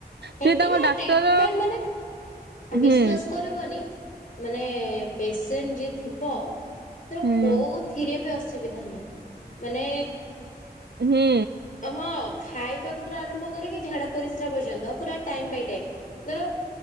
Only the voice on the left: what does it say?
ହେଠି
କା
ଟ୍ରିଟମେଣ୍ଟ ମାନେ ବିଶ୍ଵାସ
କରିବନି ମାନେ ପେସେଣ୍ଟ ଯିଏ ଥିବ ତ
କୋଉଥିରେ ବି ଅସୁବିଧା ନାହିଁ। ମାନେ
ଅହ ଖାଇବାକୁ ଥିରୁ ଆରମ୍ଭ କରିକି ଝାଡା ପରିସ୍ରା ପର୍ଯ୍ୟନ୍ତ ପୁରା ଟାଇମ ବାଇ ଟାଇମ ଧର